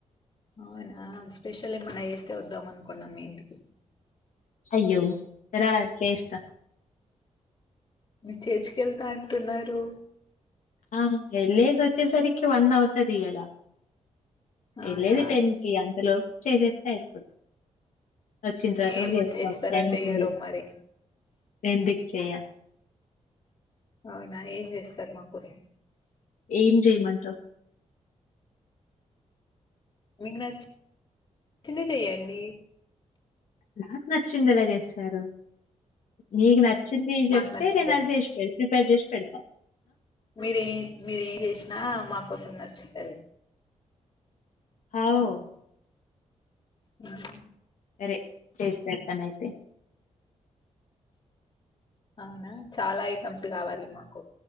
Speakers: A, on the left; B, on the left.
A: అవునా? స్పెషల్ ఏమన్నా చేస్తే వద్దాం అనుకున్నాం మీఇంటికి.
B: అయ్యో రా అట్లే చేస్తా.
A: మీరు చర్చ్ కెళ్తాంటున్నారు.
B: ఆ యెల్లేసి వచ్చేసరికి వన్ అవుతాది గదా.
A: అవునా!
B: ఎల్లేది టెన్ కి అంతలో చేసేసే అయిపోద్ది. వచ్చిన తర్వాత
A: ఏమో
B: కూడా చేసుకోవచ్చు
A: చేస్తారో
B: టైం
A: చెయ్యరో
B: ఉంటుంది
A: మరి.
B: ఏంది? చెయ
A: అవునా? ఏం చేస్తారు మా కోసం.
B: ఏం చేయమంటావు?
A: మీకు నచ్చి నచ్చినది చేయండి.
B: నాకు నచ్చింది ఎలా చేస్తారు? నీకు నచ్చింది
A: మాకు
B: చెప్తే,
A: నచ్చింది
B: నేను అది చేసి ప్రిపేర్ చేసి పెడతా.
A: మీరేం మీరేం చేసినా మా కోసం నచ్చుతాది.
B: అవ్
A: మ్ హు
B: సరే, చేసిపెడతాను అయితే.
A: అవునా, చాలా ఐటమ్స్ కావాలి మాకు.